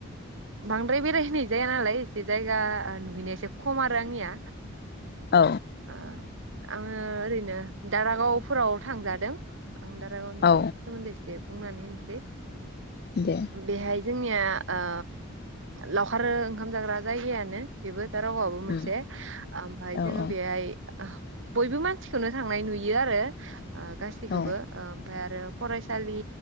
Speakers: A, on the right (about 60°); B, on the left (about 45°).
A: बांद्राय बेरायहैनाय जाया नालाय एसे जायगा नुहैनाया एसे खम आरो आंनिया
B: औ
A: ओ आङो ओरै नो दारागावफोराव थांजादों आं दारागावनि
B: औ
A: सोमोन्दै एसे बुंनानै होनिसै
B: दे
A: बेहाय जोंनिया ओ लावखार ओंखाम जाग्रा जायगायानो बेबो दारागावाबो मोनसे
B: उम
A: ओमफाय
B: औ
A: जोंङो
B: औ
A: बेहाय बयबो मानसि खौनो थांनाय नुयो आरो ओ गासिखौबो
B: औ
A: ओ ओमफ्राय आरो फरायसालि